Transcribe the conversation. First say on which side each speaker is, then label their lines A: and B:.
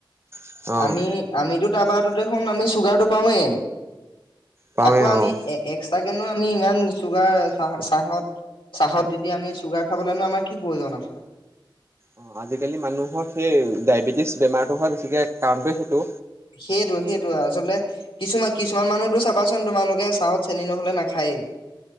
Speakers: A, on the right; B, on the left.
A: অ'
B: আমি আমিটো। তাপ টো দেখোন আমি চুগাৰ টো পাওঁৱেই।
A: পাওঁৱে
B: আকৌ আমি
A: অ'।
B: এক্স তাকেনো আমি ইমান চুগাৰ চ চাহত চাহত দি দি আমি চুগাৰ খাবলৈনো আমাৰ কি প্ৰয়োজন আছে।
A: অ আজিকালি মানুহৰ সেই ডায়বেটিছ বেমাৰ হোৱা বেছিকে কাৰণটে সেইটো
B: সেইটো সেইটো আচলতে কিছুমান কিছুমান মানুহতো চাবাচোন তোমালোকে চাহত চেনি নহলে নাখায়েই